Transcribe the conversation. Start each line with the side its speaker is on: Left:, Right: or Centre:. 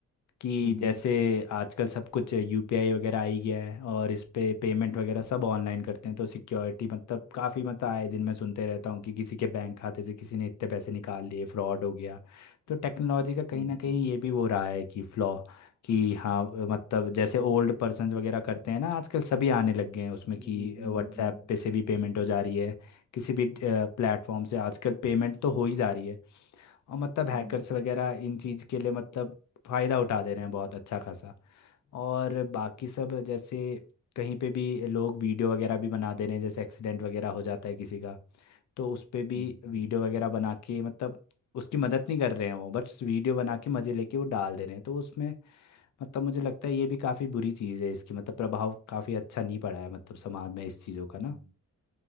Left: कि
Right: हम्म
Left: जैसे आजकल सब कुछ यूपीआई वगैरह आ ही गया है और इस पे पेमेंट वगैरह सब ऑनलाइन करते हैं तो सिक्योरिटी मतलब काफ़ी मतलब आए दिन मैं सुनते रहता हूँ कि किसी के बैंक खाते से किसी ने इतने पैसे निकाल लिए फ्रॉड हो गया तो टेक्नोलॉजी का कहीं
Right: हम्म
Left: ना कहीं ये भी वो रहा है कि फ्लॉ कि हाँ मतलब जैसे ओल्ड पर्सन वगैरह करते हैं ना आजकल सभी आने लग गए हैं उसमें
Right: हम्म
Left: कि
Right: हम्म
Left: व्हाट्सएप
Right: हम्म
Left: पे से भी पेमेंट हो जा रही है किसी भी प्लेटफॉर्म से आजकल पेमेंट तो हो ही जा रही है और मतलब
Right: हम्म
Left: hackers वगैरह इन चीज़ के लिए मतलब फ़ायदा उठा दे रहे हैं बहुत अच्छा खासा और बाकी सब जैसे कहीं पे भी लोग वीडियो वगैरह भी बना दे रहे हैं जैसे एक्सीडेंट वगैरह हो जाता है किसी का तो उस पे भी
Right: हम्म
Left: वीडियो
Right: हम्म
Left: वगैरह बना के मतलब उसकी मदद नहीं कर रहे हैं वो बस वीडियो बना के मज़े लेके वो डाल दे रहे हैं तो उसमें मतलब मुझे लगता है ये भी काफ़ी बुरी चीज़ है इसकी मतलब प्रभाव काफ़ी अच्छा नहीं पड़ा है मतलब समाज में इस चीज़ों का ना
Right: हम्म